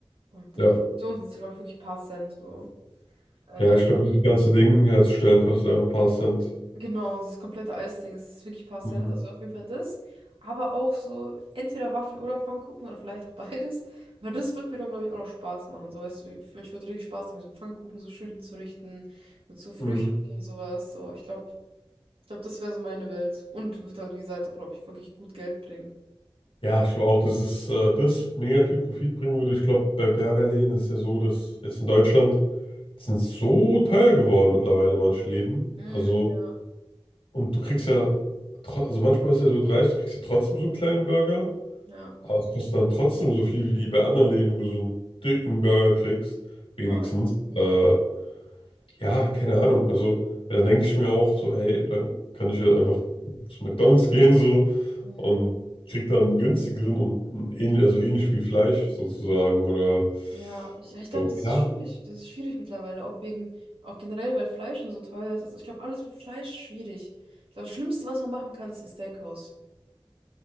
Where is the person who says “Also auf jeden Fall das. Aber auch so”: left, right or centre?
Right